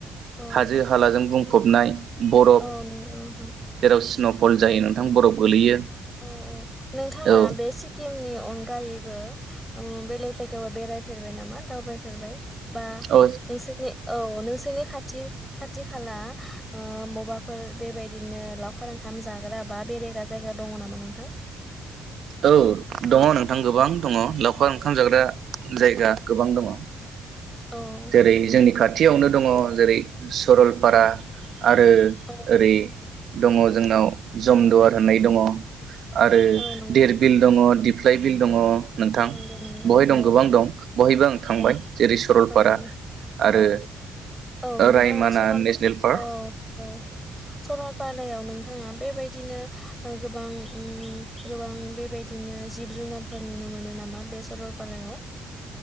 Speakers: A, in the centre; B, on the right.
A: औ
B: हाजो हालाजों बुंफबनाय। बरफ
A: औ नंगौ नोंथां
B: जेराव स्न' फल जायो नोंथां बराव गोलैयो।
A: अ अ नोंथाङा
B: औ
A: बे सिकिमनि अनगायैबो ओ बेलेग जायगायावबो बेरायफेरबाय नामा दावबायफेरबाय? बा
B: औ
A: नोंसोरनि औ नोंसोरनि खाथ थि खाथि खाला ओ मबेबाफोर बेबायदिनो लावखार ओंखाम जाग्रा बा बेरायग्रा जायगा दङ नामा नोंथां?
B: औ दङ नोंथां गोबां दङ लावखार ओंखाम जाग्रा जायगा गोबां दङ।
A: औ
B: जेरै
A: उम
B: जोंनि खाथियावनो दङ जेरै सरलपारा आरो
A: औ
B: ओरै दङ जोंनाव जमदुवार होननाय दङ। आरो
A: औ नंगौ
B: धिरबिल दङ दिप रायबिल दङ। नोंथां
A: नंगौ नंगौ
B: बहाय दं
A: औ
B: गोबां दं बहायबो आं थांबाय
A: औ
B: जेरै सरलपारा
A: औ
B: आरो
A: औ औ नोंथाङा
B: रायमना
A: सरल
B: नेसनेल पार्क
A: अ औ सरलपारायाव नोंथाङा बेबायदि दिनो ओ गोबां ओम गोबां बेबायदिनो जिब जुनारफोर नुनो मोनो नामा बे सरलपालायाव?